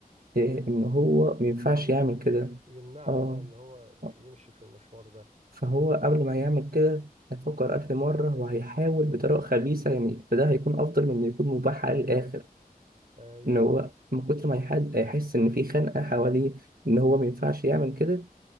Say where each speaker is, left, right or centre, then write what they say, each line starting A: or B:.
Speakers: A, on the right; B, on the right.
A: آه، ان هو ما ينفعش
B: يمن...
A: يعمل كده
B: يمنعه
A: اه
B: اه ان هو ي-
A: آه،
B: يمشي في المشوار ده
A: فهو قبل ما يعمل كده هيفكر ألف مرة وهيحاول بطريقة خبيثة يعني فده هيكون أفضل من إنه يكون مباح عليه للآخر
B: ايوه
A: إن هو من كتر ما يحد هيحس إن في خنقة حواليه إن هو ما ينفعش يعمل
B: آه.
A: كده